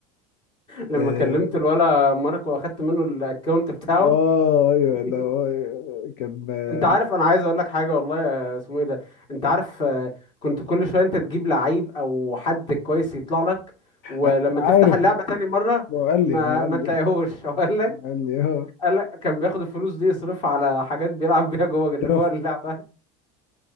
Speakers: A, on the left; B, on the left.
A: لما
B: اه
A: كلمت الولا ماركو واخدت منه الاكونت بتاعه
B: آه، ايوه
A: <laughs>
B: لا آه، كان آه،
A: انت عارف انا عايز اقول لك حاجه والله يا- اسمه ايه ده انت عارف آه، كنت كل شويه انت تجيب لعيب او حد كويس يطلع لك ولما
B: أيوة، انا عارف
A: تفتح اللعبه
B: ما
A: تاني مره
B: هو قال
A: ما
B: لي ما هو قال
A: ما تلاقيهوش
B: لي
A: <laughs> اقول لك
B: ما هو قال لي اه
A: قال لك كان بياخد الفلوس دي يصرفها على حاجات بيلعب بيها جوه جوه
B: درافت
A: اللعبه